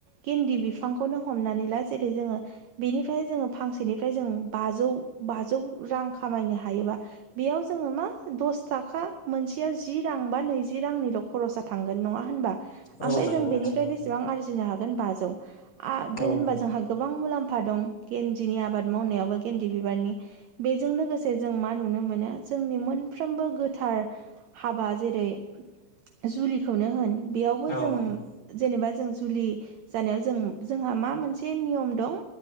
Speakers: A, on the right; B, on the left.
A: गेन्दि बिफांखौनो हमनानै ला जेरै जोङो बेनिफ्राय जोङो फांसेनिफ्राय जों बाजौ बाजौ रां खामायनो हायोबा बेयाव जोङो मा दस थाखा मोनसे जि रां बा नैज रांनिल' खरसा थांगोन नङा होनबा
B: औ
A: ओमफ्राय
B: नंगौ
A: जों बेनिफ्राय
B: नंगौ
A: बे सेबां आरजिनो हागोन बौ
B: औ
A: जोंहा गोबां मुलाम्फा दं गेन्दिनि आबाद मावनायावबो गेन्दि बिबारनि बेजों लोगोसे जों मा नुनो मोनो जोंनि मोनफ्रोमबो गोथार हाबा जेरै जुलिखौनो होन। बेयावबो
B: औ
A: जों जेनेबा जों जुलि जानायाव जों जोंहा मा मोनसे एसे नियम दं